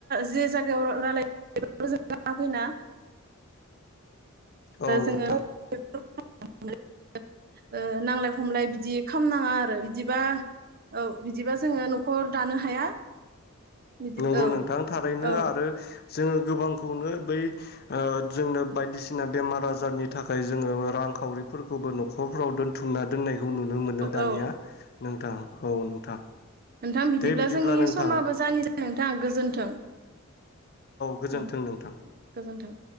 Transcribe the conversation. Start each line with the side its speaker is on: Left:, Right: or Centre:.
Right: जे जायगायाव रायलाय जों लाना फैना
Left: औ नोंथां।
Right: जोङो <unintelligible> ओ नांलाय खमलाय बिदि खालामनाङा आरो बिदिबा औ बिदिबा जोङो न'खर दानो हाया। बिदि
Left: नंगौ
Right: औ
Left: नोंथां थारैनो
Right: औ
Left: आरो जोङो गोबांखौनो बै ओ जोंनो बायदिसिना बेमार आजारनि थाखाय जोङो रांखावरिफोरखौबो न'खरफ्राव दोनथुमना दोननाय बेखौ नुनो मोनो
Right: औ
Left: दानिया
Right: औ
Left: नोंथां औ नोंथां।
Right: नोंथां बिदिब्ला
Left: दे
Right: जोंनि
Left: नोंथां
Right: समाबो जानिसै नोंथां गोजोन्थों
Left: गोजोन्थों
Right: औ
Left: नोंथां
Right: गोजोनथों।